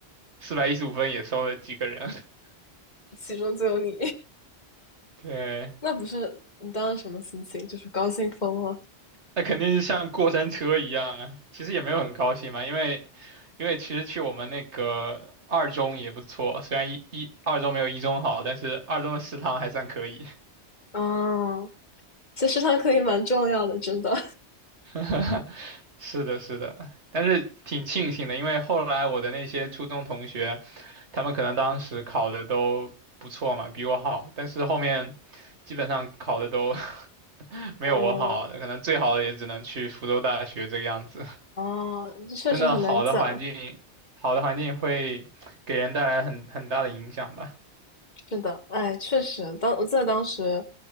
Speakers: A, on the right; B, on the left.
A: 四百一十五分也收了几个人。<laughs>
B: 其中就有你，
A: 对，
B: <laughs> 那不是你当时什么心情？就是高兴疯了。
A: 那肯定是像过山车一样啊。其实也没有很高兴嘛，因为因为其实去我们那个二中也不错，虽然一一二中没有一中好，但是二中的食堂还算可以。
B: 啊！其实他可以蛮重要的，真的。
A: <laughs> 是的，是的，但是挺庆幸的，因为后来我的那些初中同学，他们可能当时考的都不错嘛，比我好，但是后面基本上考的都 <laughs> 没有我好，
B: 嗯，
A: 可能最好的也只能去福州大学这个样子。
B: 哦啊，这确实很难讲。
A: 真的好的环境，好的环境会给人带来很很大的影响吧。
B: 是的，哎，确实，当我记得当时